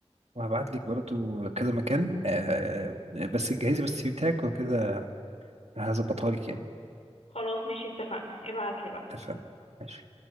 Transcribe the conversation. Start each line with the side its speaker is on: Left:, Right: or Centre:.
Right: وهبعت لك برضو كذا مكان آه بس جهزي بس السي في بتاعك وكده هظبطها لك يعني
Left: خلاص ماشي اتفقنا ابعتلي بقى
Right: اتفقنا ماشي